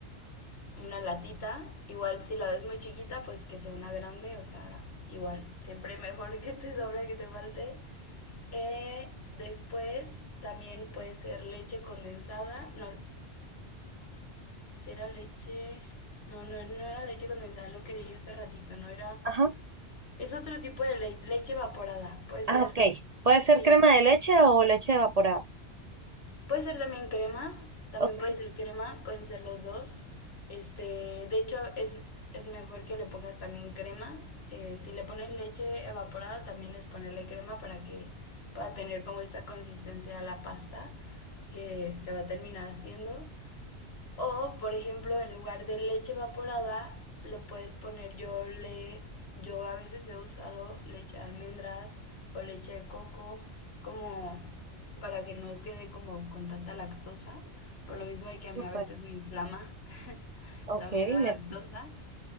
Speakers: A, on the left; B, on the right.
A: una latita, igual si la ves muy chiquita, pues que sea una grande, o sea, igual, siempre mejor que te sobre a que te falte. Eh, después también puede ser leche condensada, no, Si era leche. No, no, no era leche condensada, lo que dije hace ratito, no era.
B: Ajá,
A: Es otro tipo de le- leche evaporada. Puede ser.
B: Ah, ok. Puede ser
A: Sí.
B: crema de leche o leche evaporada.
A: Puede ser también crema. También
B: Ok,
A: puede ser crema. Pueden ser los dos. Este. De hecho, es, es mejor que le pongas también crema. Eh, si le pones leche evaporada, también es ponerle crema para que pueda tener como esta consistencia a la pasta que se va a terminar haciendo. O, por ejemplo, en lugar de leche evaporada, le puedes poner yo le yo a veces he usado leche de almendras o leche de coco como para que no quede como con tanta lactosa, por lo mismo de que a
B: súper.
A: mí a veces me inflama <laughs>
B: Ok,
A: también la
B: me,
A: lactosa.